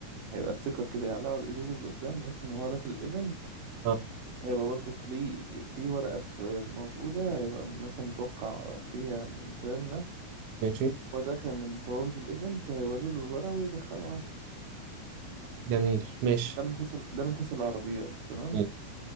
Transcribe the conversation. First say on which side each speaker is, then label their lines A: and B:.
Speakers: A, on the right; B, on the right.
A: هيبقى ستيكر كده يعلقه على الازاز اللي قدام بحيث ان هو داخل الايفنت
B: اه
A: هيبقى برضو ليه في ورقة في موجودة هيبقى مثلا متوقع فيها من خلالنا
B: ماشي
A: هو داخل من بوابة الايفنت هيوريله الورقة ويدخله عادي
B: جميل ماشي
A: ده من حيث ده من حيث العربيات تمام
B: ماشي